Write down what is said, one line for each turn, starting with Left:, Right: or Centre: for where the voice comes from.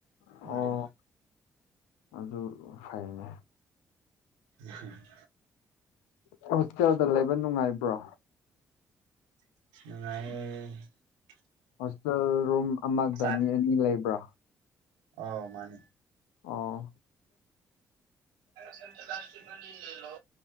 Left: ꯑꯣ
Right: ꯃꯔꯤ
Left: ꯑꯗꯨ ꯐꯥꯏꯅꯦ
Right: ꯎꯝ
Left: ꯍꯣꯁꯇꯦꯜꯗ ꯂꯩꯕ ꯅꯨꯡꯉꯥꯏꯕ꯭ꯔꯣ
Right: ꯑꯗꯨꯉꯥꯏ
Left: ꯍꯣꯁꯇꯦꯜ ꯔꯨꯝ ꯑꯃꯗ
Right: ꯆꯥꯛ
Left: ꯃꯤ ꯑꯅꯤ ꯂꯩꯕ꯭ꯔꯥ
Right: ꯑꯧ ꯃꯥꯅꯤ
Left: ꯑꯥ
Right: ꯁꯦꯟꯇꯦꯜ ꯂꯁꯄꯤꯅꯤ ꯏꯜꯂꯣ